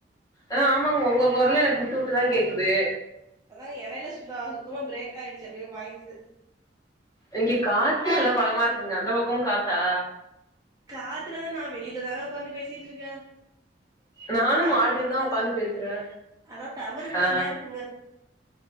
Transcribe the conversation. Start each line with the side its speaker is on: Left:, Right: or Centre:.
Left: அ ஆமாங்க ஒங்க கொரலுஎனக் வுட்டு வுட்டுதா கேக்குது
Right: அதாங்க எடைல சுத்த சுத்தமா பிரேக் ஆயிடுச்சு அப்டே வாய்சு
Left: இங்க காத்து நல்லா பலமா இருக்குங்க அந்த பக்கமு காத்தா
Right: காத்துலதா நா வெளிலதாங்க ஒக்காந்து பேசிட்டு இருக்கே
Left: நானு
Right: அதா டவரு
Left: மாடிலதா
Right: பிரச்சனையாதா
Left: உக்காந்து
Right: இருக்கு
Left: பேசுறே
Right: அதா டவரு பிரச்சனையா
Left: ஆ
Right: இருக்குங்க